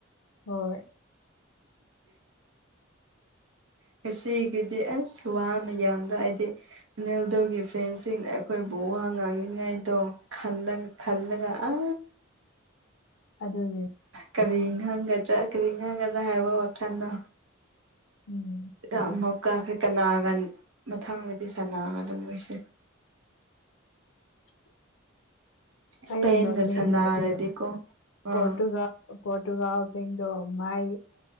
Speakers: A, on the left; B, on the right.
A: ꯍꯣꯏ
B: ꯉꯁꯤꯒꯤꯗꯤ ꯑꯁ ꯋꯥ ꯃꯌꯥꯝꯗꯣ ꯍꯥꯏꯗꯤ ꯅꯣꯏꯗꯒꯤ ꯐꯦꯟꯁꯤꯡ ꯑꯥ ꯄꯑꯩꯈꯣꯏꯕꯨ ꯋꯥ ꯉꯥꯡꯅꯤꯡꯉꯥꯏꯗꯣ ꯈꯜꯂꯝ ꯈꯜꯂꯒ ꯑ
A: ꯑꯗꯨꯅꯤ
B: ꯀꯔꯤ ꯈꯪꯒꯗ꯭ꯔꯥ ꯀꯔꯤ ꯈꯪꯒꯗ꯭ꯔꯥ ꯍꯥꯏꯕ ꯋꯥꯈꯜꯅꯣ
A: ꯎꯝ
B: ꯑꯃꯨꯛ ꯀꯛꯈ꯭ꯔꯦ ꯀꯅꯥꯒ ꯃꯊꯪꯗꯗꯤ ꯁꯅꯥꯒ ꯑꯗꯨꯝ ꯑꯣꯏꯁꯦ꯫
A: <inaudible>
B: ꯏꯁꯄꯦꯟꯒ
A: ꯑꯩꯅ ꯅꯣꯛꯅꯤꯡꯕꯗꯤ
B: ꯁꯥꯟꯅꯔꯗꯤꯀꯣ ꯑꯥ
A: ꯄꯣꯔꯇꯨꯒꯜ ꯄꯣꯔꯇꯨꯒꯥꯜꯁꯤꯡꯗꯣ ꯃꯥꯏ